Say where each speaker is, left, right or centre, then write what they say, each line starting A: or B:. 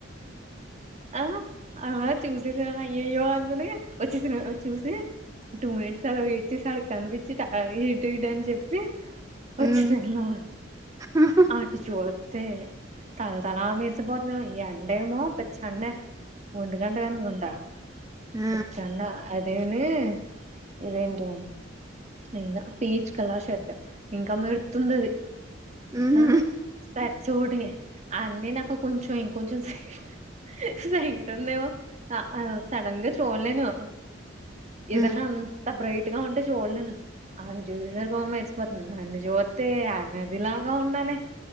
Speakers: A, on the right; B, on the right.
A: ఆహా అలా చూసేసిన అయ్యయ్యో అనుకుని వచ్చేసిన చూసి టూ మినిట్ అలా వేట్ చేసాడు. కనిపిచ్చి ట ఆ ఇటు ఇటు అని చెప్పి వచ్చేసాడు
B: ఉమ్
A: లోన
B: ఉహు
A: అటు చూడ తే తలతలా మెరిసిపోతున్నా ఎండేమో పిచ్చండే ఒంటి గంట కనుకుంట
B: ఆ
A: పచ్చెండ అదేను ఇదేంటి ఇంకా పీచ్ కలర్ షర్ట్ ఇంకా మెరుతుందది
B: ఉహు
A: హ స్ప చూడే అన్నీ నాకు కొంచెం ఇంకొంచెం సైట్ సైట్ ఉందేమో సడన్ గా చూడలేను ఏదన్నన్
B: ఉమ్
A: అంత బ్రైట్ గా ఉంటే చూడలేను అ చూసేసరి గ మరిసిపోతుంది నన్ను చూత్తే ఆ నదిలాగా ఉన్నానే